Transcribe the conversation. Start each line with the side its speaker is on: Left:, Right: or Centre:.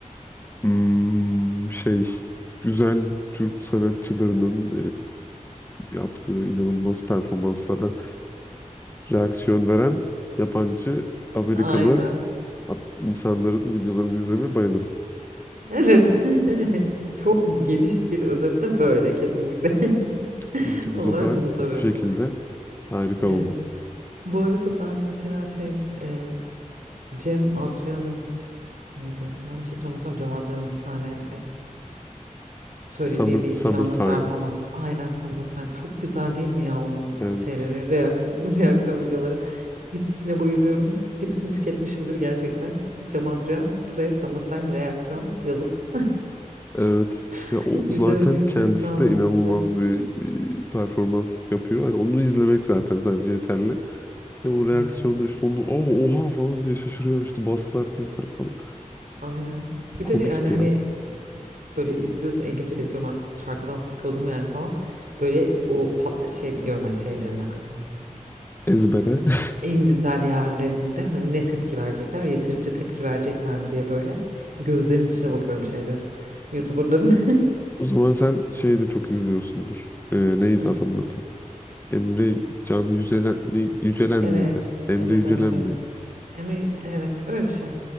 Left: Hmm, şey güzel Türk sanatçılarının e, yaptığı inanılmaz performanslara reaksiyon veren yabancı Amerikalı
Right: Aynen.
Left: at- insanların videolarını izlemeye bayılırım.
Right: Evet. <laughs> Çok geniş bir özetle böyle kesinlikle.
Left: <laughs>
Right: <laughs>
Left: İnce uzatarak
Right: Tam olarak bunu soruyordum.
Left: bu bu şekilde harika
Right: E,
Left: oldu.
Right: bu arada ben mesela şey e, Cem Adrian'ın neydi? Yanlış hatırlamıyorsam Cem Adrian'ın bir tane söylediği
Left: Summer,
Right: bir
Left: Summertime.
Right: canlı performans. Aynen Summertime. Çok güzel değil mi ya onun
Left: Evet.
Right: şeyleri, reaksiyon, <laughs> reaksiyon videoları. Hepsine bayılıyorum. Hepsini tüketmişimdir gerçekten. Cem Adrian, Tre, Summertime, reaksiyon yazıp
Left: Evet. Ya
Right: <laughs>
Left: o zaten
Right: izlemediğim
Left: kendisi
Right: içerik kalmamıştır.
Left: de inanılmaz bir e, performans yapıyor. Hani onu izlemek zaten sadece yeterli. de o reaksiyonda
Right: Evet.
Left: işte onu "Aa, oha falan diye şaşırıyor işte baslar tizler falan.
Right: Aynen. Bir
Left: Komik
Right: de yani hani
Left: bir yandan.
Right: böyle izliyorsun 50 kere izliyorum artık şarkıdan sıkıldım yani falan. Böyle o pa- şey biliyorum hani şeylerini. hmm,
Left: Ezbere.
Right: o
Left: <laughs>
Right: en güzel yerlerinde hani ne tepki verecekler yeterince tepki verecekler mi diye böyle gözlerin içine bakıyorum şeylerin YouTuber'ların.
Left: O zaman sen şeyi de çok izliyorsundur. Ee, neydi
Right: <laughs> Hı.
Left: adamın adı? Emre Can Yücelen, ne, Yücelen
Right: Evet
Left: miydi? Emre
Right: Emrecan
Left: Yücelen
Right: Yücelen.
Left: miydi?
Right: Emre evet öyle bir şey.